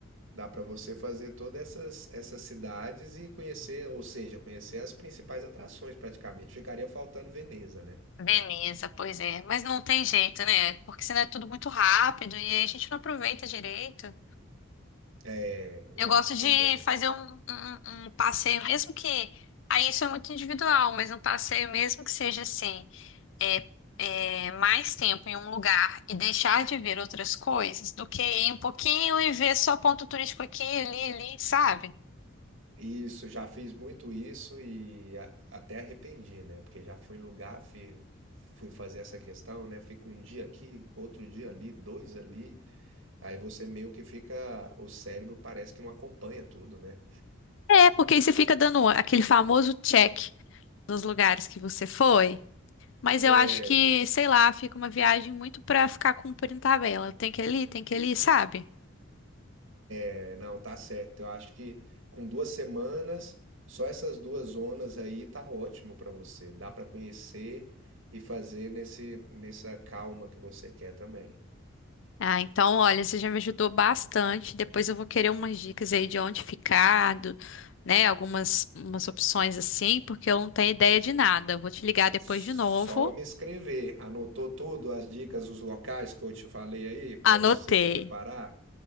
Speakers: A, on the right; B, on the left.
A: Dá para você fazer todas essas, essas cidades e conhecer, ou seja, conhecer as principais atrações praticamente. Ficaria faltando Veneza, né?
B: Beleza, pois é. Mas não tem jeito, né? Porque senão é tudo muito rápido e aí a gente não aproveita direito.
A: É, eu
B: Eu gosto
A: acho
B: de
A: também.
B: fazer um, um- um passeio, mesmo que. Aí isso é muito individual, mas um passeio, mesmo que seja assim, é, é, mais tempo em um lugar e deixar de ver outras coisas do que ir um pouquinho e ver só ponto turístico aqui, ali, ali, sabe?
A: Isso, já fiz muito isso e a- até arrependi, né? Porque já fui em lugar, fui, fui fazer essa questão, né? Fico um dia aqui, outro dia ali, dois ali. Aí você meio que fica, o cérebro parece que não acompanha tudo, né?
B: É, porque aí você fica dando aquele famoso check nos lugares que você foi. Mas eu
A: É,
B: acho que, sei lá, fica uma viagem muito pra ficar cumprindo tabela. Tem que ir ali, tem que ir ali, sabe?
A: É, não, tá certo. Eu acho que com duas semanas, só essas duas zonas aí tá ótimo pra você. Dá pra conhecer e fazer nesse, nessa calma que você quer também.
B: Ah, então, olha, você já me ajudou bastante. Depois eu vou querer umas dicas aí de onde ficar, do- né? Algumas umas opções assim, porque eu não tenho ideia de nada. Eu Vou te ligar depois
A: Só
B: de novo.
A: me escrever. Anotou tudo, as dicas, os locais que eu te falei aí pra
B: Anotei.
A: você preparar?